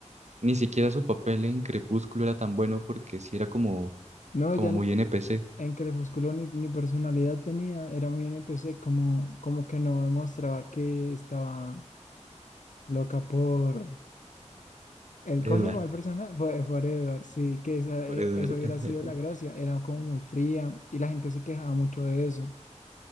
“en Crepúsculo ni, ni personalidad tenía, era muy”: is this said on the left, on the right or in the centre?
Left